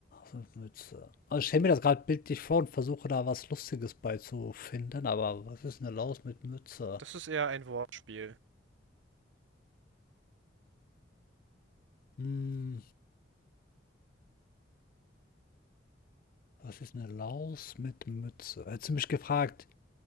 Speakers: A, on the left (about 50°); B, on the right (about 80°).
A: so Mütze. Also ich stelle mir das gerade bildlich vor und versuche da was Lustiges beizufinden, aber was ist eine Laus mit Mütze?
B: Das ist eher ein Wortspiel.
A: Hm, was ist eine Laus mit Mütze? Hättest du mich gefragt,